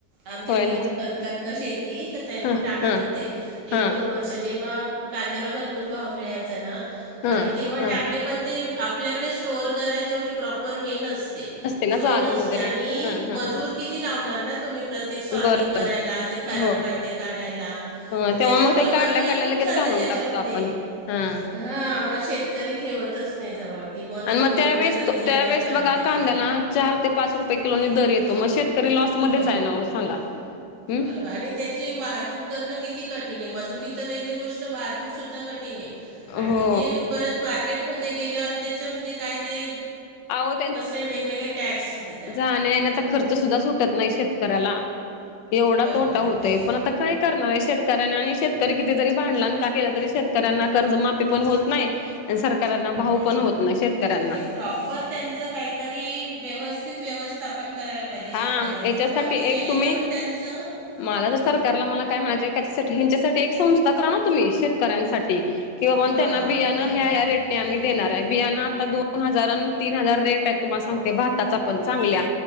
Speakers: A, on the right; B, on the left.
A: आमचे
B: होय
A: दीर
B: ना
A: करतात ना शेती तर त्यांनी
B: हा
A: टाकले
B: हा
A: होते.
B: हा
A: एक दोन वर्ष जेव्हा कांद्याला भरपूर भाव मिळायचा ना
B: हा
A: आणि तेव्हा
B: हा
A: टाकले पण ते आपल्याकडे स्टोअर करायला तेवढी प्रॉपर हे नसते
B: ना
A: सोय
B: जागा
A: नसते.
B: वगैरे
A: आणि
B: हा हा
A: मजूर
B: हा
A: किती लावणार ना तुम्ही प्रत्येक सॉर्टिंग
B: बरोबर
A: करायला
B: आहे
A: ते खराब
B: हो
A: कांदे काढायला
B: हो
A: तर
B: तेव्हा
A: त्याच्यामुळे
B: मग ते
A: मजुरी
B: काढल्या काढल्या
A: खूप
B: लगेच
A: जाते
B: घालून
A: त्याची त्याच्यामध्ये
B: टाकतो आपण हा
A: हा मग शेतकरी ठेवतच नाही जवळ की बुवा नको
B: आणि मग त्यावेेळेस
A: एवढं सगळी
B: त्यावेेळेस
A: झंझट करण्यापेक्षा
B: बघा कांंद्याला चार ते पाच रुपये किलोनी दर येतो मग शेतकरी लॉसमध्येच
A: हो
B: आहे ना ओ सांगा हम्म
A: बरोबर आणि त्याची वाहतूक करणं किती कठीण आहे मजुरी तरं वेगळी गोष्ट वाहतूकसुद्धा कठीण आहे. आणि
B: हो
A: ती परत मार्केटमध्ये गेल्यावर त्याच्यामध्ये काय ती
B: अहो
A: कसले वेगवेगळे टॅक्स देतात.
B: जाण्यायेण्याचा खर्च सुद्धा सुटत नाही शेतकऱ्याला एवढा
A: बरोबर
B: तोटा होतोय
A: आहे तेच ना
B: पण आता काय करणार आहे शेत कर्यांना आणि शेतकरी किती जरी भांडला आणि काय केलं तरी शेतकऱ्यांना कर्जमाफी पण होत नाही आणि सर शेतकऱ्यांना भाव
A: हम्म.
B: पण होत नाही शेतकऱ्यांना
A: नाही प्रॉपर त्यांचं काहीतरी व्यवस्थित व्यवस्थापन करायला पाहिजे
B: हा
A: शेतकऱ्यांच
B: याच्यासाठी
A: पण की जेणेकरून
B: एक तुम्ही
A: त्यांचं
B: मला तर
A: हम्म.
B: सरकारला मला काय म्हणायचं त्याच्यासाठी ह्यांच्यासाठी एक संस्था करा ना तुम्ही शेतकऱ्यांसाठी कि बाबांनो
A: हां
B: त्यांना बियाणं
A: बरोबर
B: ह्या ह्या
A: आहे
B: रेट आम्ही देणार आहे बियाणं आता दोन हजार अन् तीन हजार रेट आहे तुम्हाला सांगते भाताचा पण चांगल्या